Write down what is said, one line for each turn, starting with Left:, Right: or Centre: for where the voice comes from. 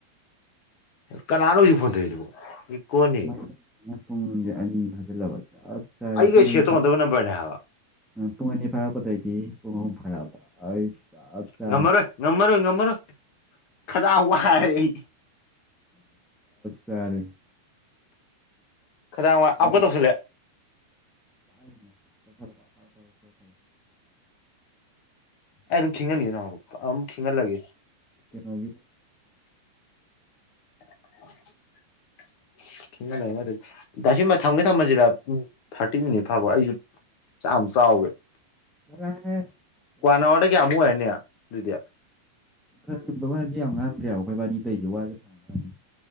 Left: ꯀꯅꯥꯅ ꯍꯧꯖꯤꯛ ꯐꯣꯟ ꯇꯗꯨꯕꯣ ꯀꯣꯅꯤ
Centre: ꯃꯩꯅ ꯄꯨꯡꯁꯦ ꯑꯅꯤ ꯐꯥꯖꯤꯜꯂꯕ ꯆꯞ ꯆꯥꯔꯦ
Left: ꯑꯩꯒꯦ
Centre: ꯄꯨꯡ ꯑꯅꯤ
Left: ꯊ
Centre: ꯐꯥ
Left: ꯍꯟꯗꯕ ꯅꯝꯕꯝꯕꯔꯅ ꯍꯥꯏ
Centre: ꯄꯨꯡ ꯑꯅꯤ ꯐꯥꯔꯛꯄꯗꯩꯗꯤ ꯄꯨꯡ ꯑꯍꯨꯝ ꯐꯥꯔꯛꯑꯕ ꯑꯩ ꯆꯞ ꯆꯥꯔꯦ
Left: ꯉꯝꯃꯔꯦ ꯉꯝꯃꯔ ꯉꯝꯃꯔ ꯈꯗꯥ ꯍꯋꯥ ꯍꯥꯏ
Centre: ꯆꯔ
Left: ꯈꯗꯥꯡ ꯋꯥ ꯑꯃꯨꯛꯀ
Centre: ꯎ
Left: ꯇꯧꯁꯜꯂꯛꯑꯦ
Centre: ꯄꯥꯏꯅ ꯐ ꯊꯦꯡꯦ ꯊꯦꯡꯌꯨ
Left: ꯑꯩ ꯑꯗꯨꯝ ꯈꯤꯍꯟꯈꯤ ꯅ ꯑꯗꯨꯝ ꯈꯤꯪꯍꯜꯂꯒꯦ
Centre: ꯀꯩꯅꯣ
Left: <unintelligible> ꯊꯦꯡꯅ ꯂꯩꯥꯏꯉꯦ ꯇꯁꯕ ꯊꯝꯃꯦ ꯊꯝꯕꯁꯤꯗ ꯄꯨꯡ ꯊꯥꯔꯇꯤ ꯃꯤꯅꯤꯠ ꯐꯥꯎꯕ ꯑꯩꯁꯨ ꯑꯝꯆꯥ ꯑꯥꯎꯒꯦ
Centre: ꯆꯠꯂꯣꯍꯦ ꯆꯩ
Left: ꯀꯟꯋꯥꯔꯗ
Centre: ꯂꯥꯛꯀꯅꯤ
Left: ꯀ ꯑꯃꯨ ꯍꯥꯏꯅꯦ ꯑꯗꯨꯗꯌꯥ
Centre: ꯀꯔꯒꯕ ꯋꯥꯗꯤ ꯌꯥꯝ ꯉꯥꯡꯈ꯭ꯔꯦꯕ ꯑꯩꯈꯣꯏ ꯋꯥꯔꯤ ꯂꯩꯁꯦ ꯋꯥꯒꯥꯡ ꯉꯥꯡꯗ꯭ꯔꯦ